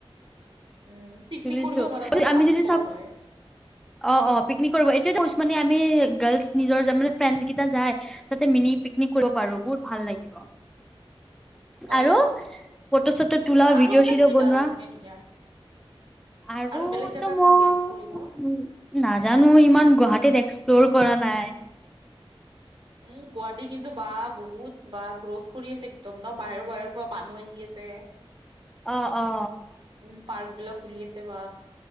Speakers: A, on the right; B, in the centre.
A: উম পিকনিক
B: শুনিছোঁ।
A: কৰিব পাৰা বহুত
B: আমি
A: ভাল
B: যদি
A: স্পট
B: চ
A: হয়
B: অ- অ পিকনিক কৰিব। এতিয়া কৈছোঁমানে আমি গাৰলছ নিজৰ, মান ফ্ৰে যাই তাতে মিনি পিকনিক কৰিব পাৰো। বহুত ভাল লাগিব।
A: অ
B: আৰু ফটো -চটো
A: এইটো
B: তোলা
A: আৰু
B: ভিডিঅ'
A: আছে
B: চিডিঅ'
A: নেকি
B: বনোৱা।
A: জাগা ধুনীয়া ধুনীয়া
B: আৰু
A: বেলেগ জাগা
B: তো মই
A: আছে নেকি ফুৰিব
B: নাজানো। ইমান গুৱাহাটীত এক্সপ্ল'ৰ। কৰা নাই।
A: উম, গুৱাহাটী কিন্তু বা বহুত বা গ্ৰথ কৰি আছে। একদম ন বাহিৰৰ -বাহিৰৰ পৰা মানুহ আহি আছে। তাতে
B: অ- অ
A: উম, পাৰ্ক বিলাক খুলি আছে। বা